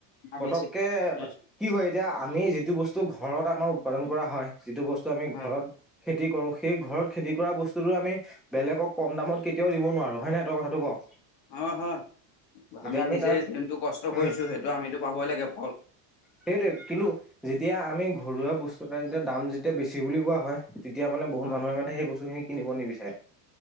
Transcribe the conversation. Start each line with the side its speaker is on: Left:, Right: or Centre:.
Left: আহিছে
Centre: পতককে
Left: হয়
Centre: কি হয়, এতিয়া আমি যিটো বস্তু ঘৰত আমাৰ উৎপাদন কৰা হয় যিটো বস্তু আমি
Left: হয়
Centre: ঘৰত খেতি কৰোঁ সেই ঘৰত খেতি কৰা বস্তুতো আমি বেলেগক কম দামত কেতিয়াও দিব নোৱাৰো হয়ে নহঁই কথাটো ক
Left: অ হয়। আমি
Centre: এতিয়া
Left: নিজেই
Centre: তাৰ
Left: যোনটো কষ্ট কৰিছো
Centre: উম
Left: সেইটো আমিতো পাবই লাগে ফল।
Centre: সেইটোৱে কিন্তু যেতিয়া আমি ঘৰুৱা বস্তু এটা যেতিয়া দাম যেতিয়া বেছি বুলি কোৱা হয়। তেতিয়া মানে বহুত
Left: হয়
Centre: মানুহে মানে সেই বস্তুখিনি কিনিব নিবিচাৰে